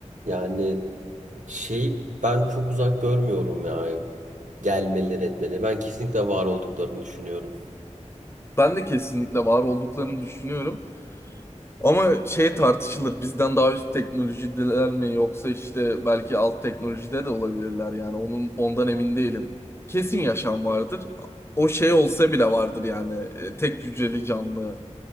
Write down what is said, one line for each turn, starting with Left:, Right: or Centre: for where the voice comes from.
Right: yani şey ben çok uzak görmüyorum ya gelmeleri etmeleri. Ben kesinlikle var olduklarını düşünüyorum.
Left: Ben de kesinlikle var olduklarını düşünüyorum. Ama şey tartışılır. Bizden daha üst teknolojideler mi yoksa işte belki alt teknolojide de olabilirler yani. Onun ondan emin değilim. Kesin yaşam vardır. O şey olsa bile vardır yani. E, tek hücreli canlı